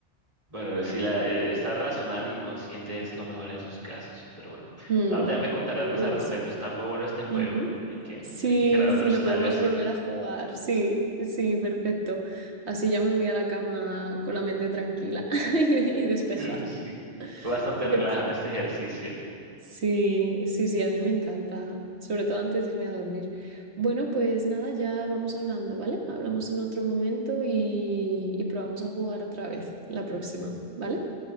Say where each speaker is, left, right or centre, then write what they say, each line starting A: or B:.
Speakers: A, on the right; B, on the right.
A: Bueno, si la, eh, estar racional y consciente es lo mejor en esos casos. Pero bueno,
B: Mm,
A: Tabata, ya me contarás
B: yo
A: más
B: creo
A: al
B: que
A: respecto.
B: sí.
A: Está muy bueno este juego.
B: Ujú.
A: Hay que,
B: Sí,
A: hay que crear otro
B: sí,
A: escenario
B: lo podemos
A: así.
B: volver a jugar. Sí, sí, perfecto. Así ya me voy a la cama con la mente tranquila <laughs> y, y despejada.
A: <laughs> Sí. Fue bastante
B: <laughs>
A: relajante
B: Ok.
A: este ejercicio.
B: Sí, sí, sí, a mí me encanta, sobre todo antes de irme a dormir. Bueno, pues nada, ya vamos hablando, ¿vale? Hablamos en otro momento y, y probamos a jugar otra vez la próxima, ¿vale?